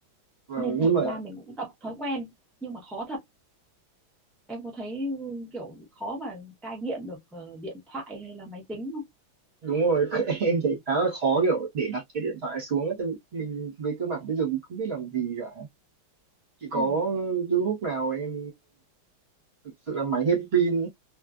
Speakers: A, on the right (about 40°); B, in the centre.
A: và
B: nên
A: nhưng
B: thành
A: mà
B: ra mình cũng tập thói quen nhưng mà khó thật em có thấy ừ, kiểu khó mà cai nghiện được ờ, điện thoại hay là máy tính không
A: đúng rồi <laughs> em thấy khá là khó kiểu để đặt cái điện thoại xuống á tại vì mình về cơ bản bây giờ mình không biết làm gì cả chỉ có
B: ừ
A: những lúc nào em thực sự là máy hết pin